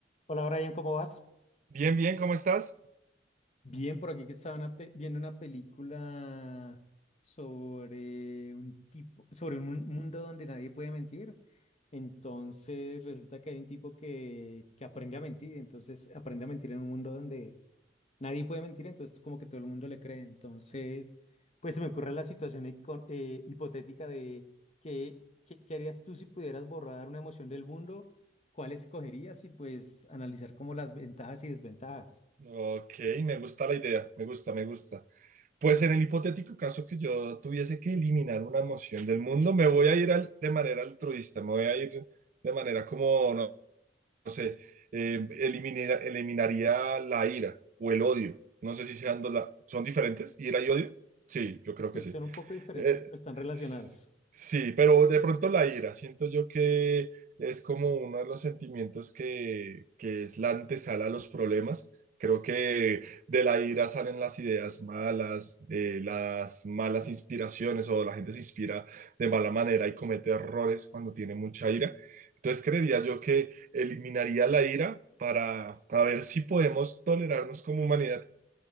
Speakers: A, on the left (about 35°); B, on the right (about 45°).
A: Hola Brian, ¿cómo vas?
B: Bien, bien, ¿cómo estás?
A: Bien, por aquí que estaba una pe- viendo una película sobre un tipo, sobre un mun- mundo donde nadie puede mentir. Entonces resulta que hay un tipo que, que aprende a mentir, entonces aprende a mentir en un mundo donde nadie puede mentir, entonces como que todo el mundo le cree. Entonces, pues se me ocurre la situación hico- eh, hipotética de qué, qué, qué harías tú si pudieras borrar una emoción del mundo, cuál escogerías y pues analizar como las ventajas y desventajas.
B: Ok, me gusta la idea, me gusta, me gusta. Pues en el hipotético caso que yo tuviese que eliminar una emoción del mundo, me voy a ir al- de manera altruista, me voy a ir de manera como, no, no sé, eh, elimina- eliminaría la ira o el odio. No sé si sean, do- la- son diferentes, ira y odio. Sí, yo creo
A: Sí,
B: que sí.
A: son un poco diferentes,
B: Eh,
A: pero están relacionadas.
B: s- sí, pero de pronto la ira, siento yo que es como uno de los sentimientos que, que es la antesala a los problemas. Creo que de la ira salen las ideas malas, eh, las malas inspiraciones o la gente se inspira de mala manera y comete errores cuando tiene mucha ira. Entonces creería yo que eliminaría la ira para, para ver si podemos tolerarnos como humanidad.